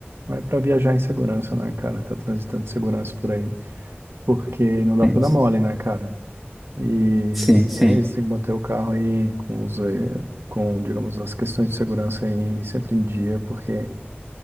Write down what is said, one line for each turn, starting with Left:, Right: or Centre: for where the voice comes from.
Right: Mas pra viajar em segurança, né, cara? Tá transitando de segurança por aí. Porque não dá
Centre: Sim,
Right: pra dar mole, né, cara? E
Centre: sim, sim.
Right: é isso, tem que manter o carro aí com os, eh, com, digamos, as questões de segurança aí sempre em dia, porque